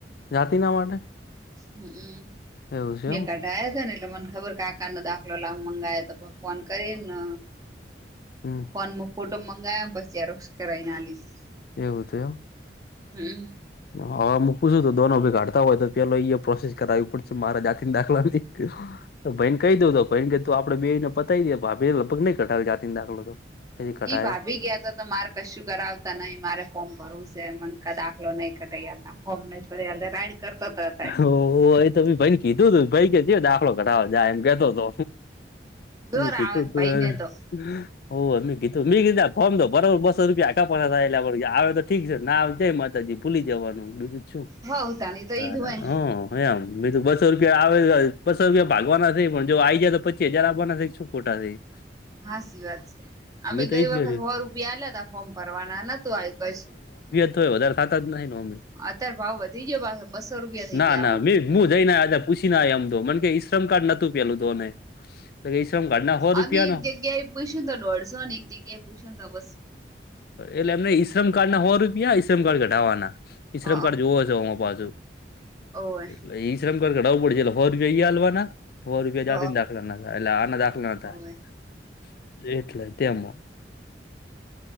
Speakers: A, on the left; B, on the right.
A: જાતિ ના માટે
B: હમ હમ
A: એવું છે
B: બ
A: એમ
B: યા હતા ને એટલે મને ખબર કેાકાનોો દાખલો લાબ મંગાય તો ફોન કરીને
A: હમ
B: ફ ફોટો મંગાવયા પછીયાર કરાવી ના લીધી
A: એવું તોવ
B: હમ
A: હવે હું પૂછું ત દોનો ભી ઘાડતા હોય તો પેલો પ્રોસેસ કરાવવી પડશે મારા જાતિની દાખલા તો ભન કઈ દઉ તો ભન કે ત આપડ બેને પતાવી દ ભા ભ લગભગ નઈ કટાવે જાતીને દાખલો તો પછી કઢાયો
B: ઈ ભાવી ગયા ત તો મારે કશું કરાવતા નહી મારે ફોર્મ ભરવું છે મને દાખલો નઈ ક ફોર્મ ન રાઈડ કરતાાય
A: ઓ એ તો ભી ભાઈને કીધું તું ભાઈ કેતી દાખલો ઘટાડો જાય એમ કેતો હતો
B: જોર
A: મે કીતોું
B: આવે
A: હતુંાર
B: ભઈને તો
A: ઓ ગીધું મી ફોમ તો બરાબર બસો રૂપિયા ક પૈસાાયલા આવે તો ઠીક છે ના જ જ ભૂલી જવાનું બીજું જ શું
B: હ તાણી તો
A: હા
B: ઈજ હોય ને
A: હ હમ તો બસો રૂપિયા આવે બસો રૂપિયા ભાગવાના થઈ પણ જો આઈ જાય તો પચી હજાર આવવાના થ શું ખોટા થાય
B: <inaudible> હા સી વાત છે અમે ગઈ
A: તો એજ
B: વખત
A: કર્યું
B: હો રૂપિયા આ્યા ત ફોર્મ ભરવાના નતું આવ્યું કશી
A: ય વધારે થતા જ નહી અમે
B: અત્યારે ભાવ વધી ગયો બસો રૂપિયા થઈ
A: ના
B: ગયા
A: ના
B: ઓણ
A: હું જઈ ના આા પૂછી ના એમ તો મને કે ઈશ્રમ કાર્ડ નતું પેલું તોને ઈ શ્રમ કાર્ડ ના સો
B: અમે
A: રૂપિયા
B: એક જગ્યાએ પૂછ્યું તો દોઢસો ને એક જગ્યાએ પૂછ્યું તો બસો
A: એટલે એમને ઈશ્રમ કાર્ડ ના હોવા રૂપિયા ઈશ્રમ કાર્ડ ઘઢાવાના ઈશ્રમ
B: હ
A: કાર્ડ જોુો હ છો અ પાછું
B: ઓવે
A: એટલે ઈ શ્રમ કર ઘઢાવવું પડે એટલે ફર જોઈ હાલવાના હો રૂપિયા
B: હ
A: જાતી દાખલા ના એટલે આના દાખલા ના થાય
B: ઓવે
A: એટલે તેમમાં